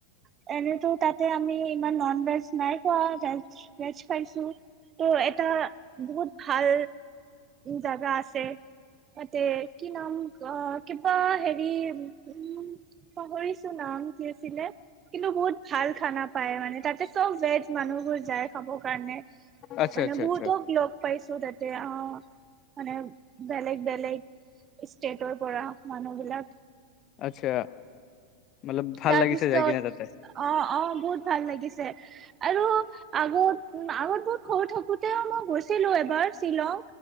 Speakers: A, on the right; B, on the left.
A: চ এনেতো তাতে আমি ইমান নন ভেজ নাই কোৱা ভেজ ভেজ পাইছো ত' এটা বহুত ভাল জাগা আছে তাতে কি নাম কিবা উম পাহৰিছো নাম কি আছিলে কিন্তু বহুত ভাল খানা পায় মানে তাতে চব ভেজ মানুহবোৰ যায় খাব কাৰণে
B: আচ্ছা
A: মানে
B: আচ্ছা
A: বহুতক
B: আচ্ছা
A: লগ পাইছো তাতে অ মানে বেলেগ বেলেগ ষ্টেটৰ পৰা মানুহ বিলাক
B: আচ্ছা মতলব ভাল
A: তাৰপিছত
B: লাগিছে যাই কিনে তাতে
A: অ অ বহুত ভাল লাগিছে আৰু আগত আগত বহুত খ থাকোতেও মই গৈছিলো এবাৰ শ্বিলং